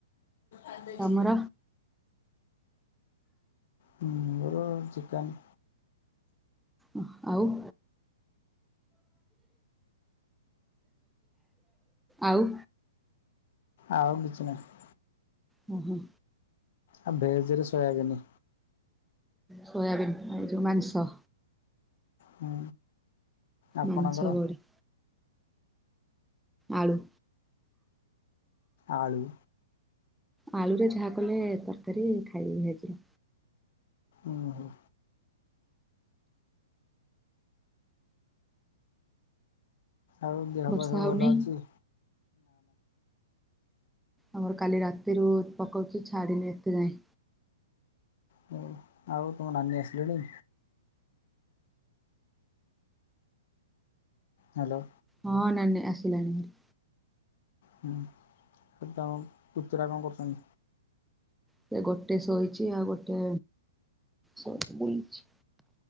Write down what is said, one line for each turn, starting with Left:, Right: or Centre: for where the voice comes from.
Left: ଆ ଦେଇ
Centre: ତମର?
Left: ଉଠୁ। ହୁଁ ମୋର ଚିକେନ୍।
Centre: ଅଃ ଆଉ? ଆଉ?
Left: ଆଉ କିଛି ନାଇଁ।
Centre: ଓ ହଁ।
Left: ଆ ଭେଜ ରେ ସୋୟାବିନି।
Centre: ସୋୟାବୀନ୍ ଆ ଯଉ ମାଂସ।
Left: ହୁଁ। ଆପଣଙ୍କର?
Centre: ମାଂସ ଗଡେ ଆଳୁ।
Left: ଆଳୁ।
Centre: ଆଳୁରେ ଯାହା କଲେ ତରକାରୀ ଖାଇ ହେଇଯିବ।
Left: ଅଁ ହଁ। ଆଉ ଦେହ
Centre: ବର୍ଷା
Left: ପା ସବୁ
Centre: ହଉନି
Left: ଭଲ ଅଛି।
Centre: ଆମର କାଲି ରାତିରୁ ପକଉଚି ଛାଡିନି ଏତେ ଯାଏଁ।
Left: ହଉ ଆଉ ତମ ନାନୀ ଆସିଲେଣି। ହାଲୋ।
Centre: ହଁ ନାନୀ ଆସିଲାଣି ଭାରି।
Left: ହୁଁ ଆଉ ତମ ପୁତୁରା କଁ କରୁଚନ୍
Centre: ସେ ଗୋଟେ ଶୋଇଚି ଆଉ ଗୋଟେ ସୁଇ ବୁଲୁଚି।